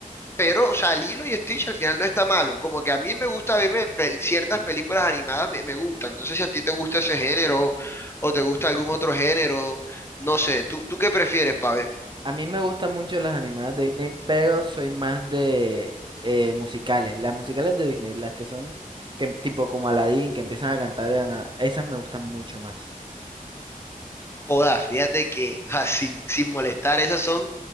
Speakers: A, on the left (about 15°); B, on the right (about 35°).
A: pero, o sea, Lilo y Stitch al final no está malo, como que a mí me gusta verme pel- ciertas películas animadas, me, me gustan, no sé si a ti te gusta ese género o te gusta algún otro género, no sé, ¿tú, tú qué prefieres, Pabé?
B: A mí me gustan mucho las animadas de Disney, pero soy más de eh, musicales. Las musicales de Disney, las que son que, tipo como Aladdin, que empiezan a cantar de la nada, esas me gustan mucho más.
A: Joda, fíjate que, o sea, sin, sin molestar, esas son